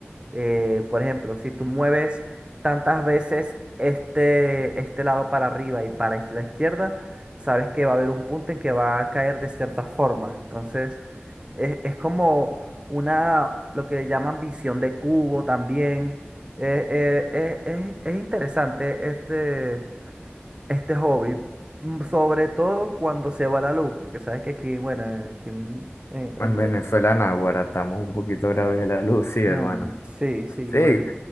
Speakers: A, on the right; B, on the left.
A: eh, por ejemplo, si tú mueves tantas veces este, este lado para arriba y para la izquierda, sabes que va a haber un punto en que va a caer de cierta forma. Entonces, es, es como una, lo que le llaman visión de cubo también. Eh, eh, eh, es, es interesante este, este hobby, mm, sobre todo cuando se va la luz, porque sabes que aquí, bueno, eh, aquí en, en, en
B: En Venezuela,
A: Ve-
B: Naguará, estamos un poquito graves de la luz, sí, hermano.
A: Mm, sí, sí,
B: Sí,
A: bueno.